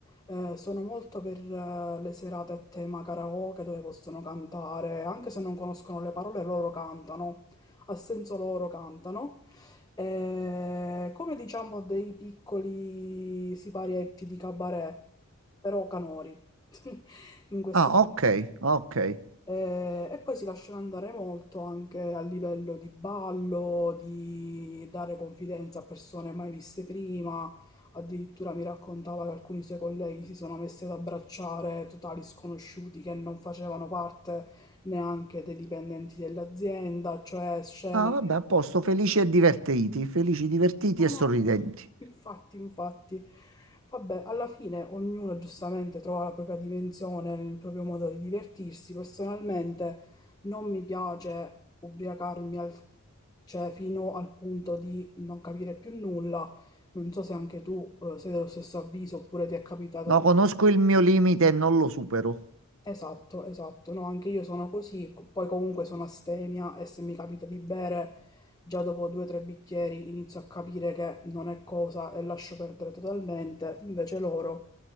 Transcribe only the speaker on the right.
Ah, ok, ok.
Ah, vabbè, a posto, felici e divertiti, felici, divertiti
e sorridenti.
No,
conosco il mio limite e non lo supero.